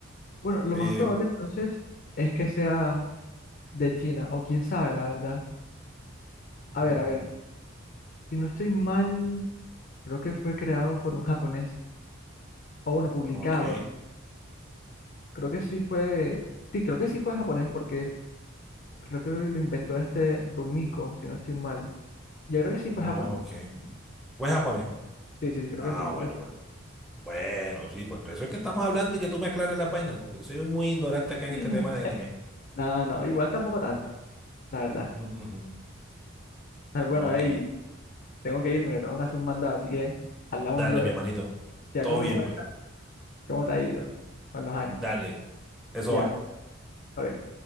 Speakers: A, on the left (about 50°); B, in the centre.
A: Bueno, lo
B: Eh,
A: más probable entonces es que sea de China, o quién sabe, la verdad.
B: ujú,
A: A ver, a ver, si no estoy mal, creo que fue creado por un japonés. O bueno, publicado.
B: ok,
A: Creo que sí fue. Sí, creo que sí fue japonés porque creo que lo inventó este Rumiko, si no estoy mal. Yo creo que sí
B: ok.
A: fue japonés.
B: Pues japonés.
A: Sí, sí, sí, creo
B: Ah,
A: que sí, creo
B: bueno,
A: que sí.
B: bueno. Bueno, sí, por eso es que estamos hablando y que tú me aclares las vainas, porque soy muy ignorante acá en
A: <laughs>
B: este tema de anime.
A: No, no, igual tampoco tanto, la verdad.
B: Ujú.
A: Ah, Bueno,
B: Ok.
A: hey, tengo que irme, que tengo que hacer un mandado, así que hablamos
B: Dale,
A: luego.
B: mi hermanito.
A: Si algo
B: Todo
A: me
B: bien,
A: cuenta,
B: pues.
A: ¿cómo te ha ido con los animes
B: Dale. Eso
A: Ya,
B: va.
A: está bien.